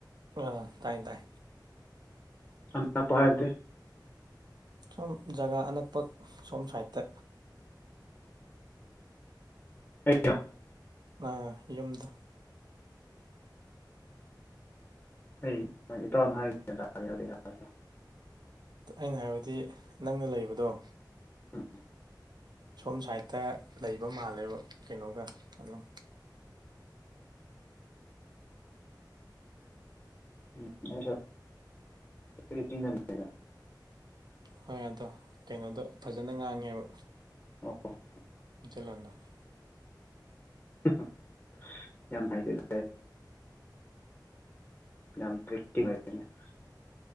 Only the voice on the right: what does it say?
ꯑꯣ ꯇꯥꯏ ꯇꯥꯏ
ꯁꯣꯝ ꯖꯒꯥ ꯑꯅꯛꯄ ꯁꯣꯝ ꯁꯥꯏꯠꯇ
ꯑꯥ ꯌꯨꯝꯗꯣ
ꯑꯩꯅ ꯍꯥꯏꯕꯗꯤ ꯅꯪꯅ ꯂꯩꯕꯗꯣ
ꯁꯣꯝ ꯁꯥꯏꯠꯇ ꯂꯩꯕ ꯃꯥꯜꯂꯦꯕ ꯀꯩꯅꯣꯒ ꯑꯗꯨꯝ
ꯍꯣꯏ ꯑꯗꯣ ꯀꯩꯅꯣꯗꯣ ꯐꯖꯅ
ꯉꯥꯡꯉꯦꯕ
<unintelligible>